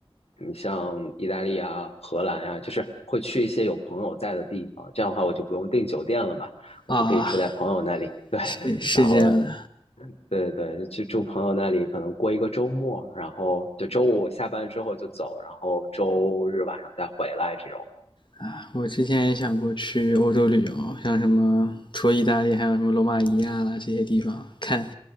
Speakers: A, on the left; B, on the left.
A: 你像意大利啊、荷兰啊，就是会去一些有朋友在的地方。这样的话，我就不用订酒店了嘛，我就可以住在朋友那里。
B: 啊，
A: <laughs> 对，
B: 是是这样的，
A: 然后对对对，就去住朋友那里，可能过一个周末，然后就周五我下班之后就走，然后周日晚上再回来这种。
B: 啊我之前也想过去欧洲旅游，像什么除了意大利，还有什么罗马尼亚啦这些地方看，